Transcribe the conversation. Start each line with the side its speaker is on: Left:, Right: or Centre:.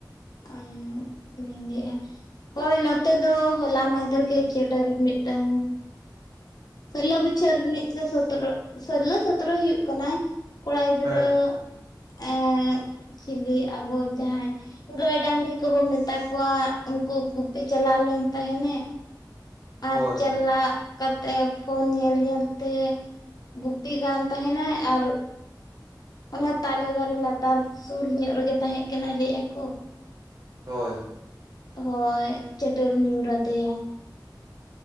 Left: ᱚᱸ ᱞᱤᱜᱤᱼᱟ ᱦᱳᱭ ᱱᱚᱛᱮ ᱫᱚ ᱦᱚᱞᱟ ᱢᱟᱫᱷ ᱱᱮᱛᱟᱨ ᱜᱮ ᱪᱮᱴᱟᱨ ᱢᱤᱫᱴᱟᱝ ᱥᱳᱞᱞᱳ ᱵᱚᱪᱷᱚᱨ ᱨᱤᱱᱤᱡ ᱥᱚᱛᱨᱚ ᱥᱳᱞᱞᱳ ᱥᱚᱛᱨᱚ ᱦᱩᱭᱩᱜ ᱠᱟᱱᱟᱭ ᱠᱚᱲᱟ ᱜᱤᱫᱽᱨᱟᱹ
Right: ᱦᱮᱸ
Left: ᱮᱸ ᱪᱤᱞᱤ ᱟᱵᱚ ᱡᱟᱦᱟᱸᱭ ᱜᱟᱹᱭ ᱰᱟᱝᱨᱤ ᱠᱚᱦᱚᱸ ᱢᱮᱛᱟ ᱠᱚᱣᱟ ᱩᱱᱠᱩ ᱜᱩᱯᱤ ᱪᱟᱞᱟᱣ ᱞᱮᱱ ᱛᱟᱦᱮᱸᱱᱮ ᱟᱨ
Right: ᱦᱳᱭ
Left: ᱪᱟᱞᱟᱜ
Right: ᱦᱳᱭ
Left: ᱠᱟᱛᱮᱜ ᱯᱷᱳᱱ ᱧᱮᱞ ᱧᱮᱞ ᱛᱮ ᱜᱩᱯᱤ ᱠᱟᱱ ᱛᱟᱦᱮᱸ ᱱᱟᱭ ᱟᱨ ᱚᱱᱟ ᱛᱟᱞᱮ ᱫᱟᱨᱮ ᱞᱟᱛᱟᱨ ᱥᱩᱨ ᱧᱚᱜ ᱨᱮᱜᱤ ᱛᱟᱦᱮᱸ ᱠᱟᱱᱟᱭ ᱞᱟᱹᱭᱮᱫ ᱠᱟᱱᱟ ᱠᱚ
Right: ᱦᱳᱭ ᱦᱳᱭ
Left: ᱦᱳᱭ ᱪᱮᱴᱮᱨ ᱧᱩᱨ ᱟᱫᱮᱭᱟ